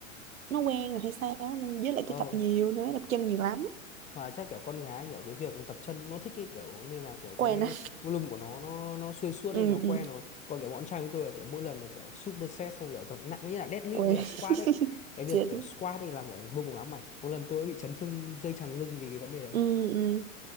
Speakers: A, on the right (about 80°); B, on the left (about 15°).
A: nó quen rồi hay sao á nên với lại
B: Ờ.
A: tôi tập nhiều nữa tập chân nhiều lắm
B: hoặc là chắc kiểu con gái kiểu cái việc tập chân nó thích cái kiểu nên là kiểu cái
A: quen á
B: volume của nó nó nó xuyên suốt
A: ừ
B: đi nó quen
A: ừ
B: rồi còn kiểu bọn trai chúng tôi là kiểu mỗi lần là kiểu superset xong kiểu tập nặng như là deadlift
A: quen
B: với cả
A: <laughs>
B: squat ấy cái việc
A: xịn
B: kiểu squat ấy là kiểu vô cùng ám ảnh có lần tôi ấy bị chấn thương dây chằng lưng vì cái vấn đề đấy
A: ừ ừ